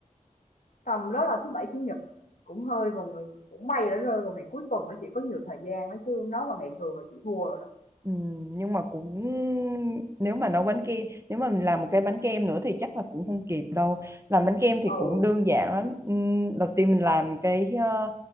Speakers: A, on the left; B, on the right.
A: Tầm đó là thứ bảy chủ nhật cũng hơi vào người cũng may đã rơi vào ngày cuối tuần đó chị có nhiều thời gian đó chứ Nó vào ngày thường là chị thua rồi đó.
B: Ừ, nhưng mà cũng nếu mà nấu bánh kem nếu mà mình làm một cái bánh kem nữa thì chắc là cũng không kịp đâu làm bánh kem thì
A: Ừ.
B: cũng đơn giản lắm Ừm, đầu tiên mình làm cái ờ,